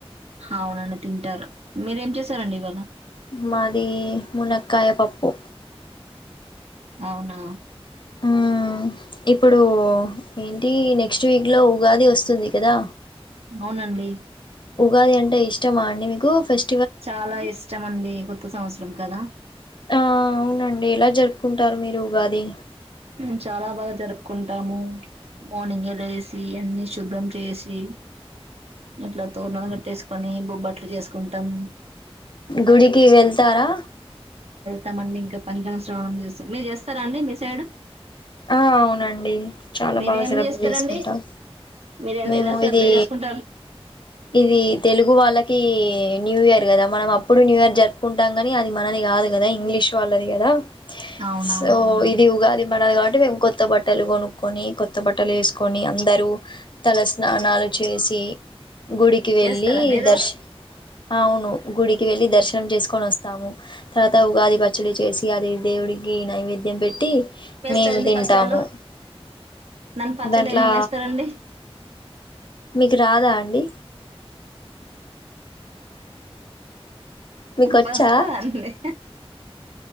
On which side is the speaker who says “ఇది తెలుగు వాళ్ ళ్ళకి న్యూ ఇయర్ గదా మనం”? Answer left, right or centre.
Left